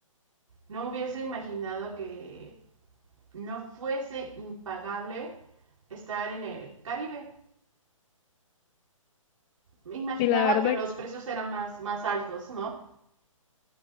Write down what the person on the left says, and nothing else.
Y la verdad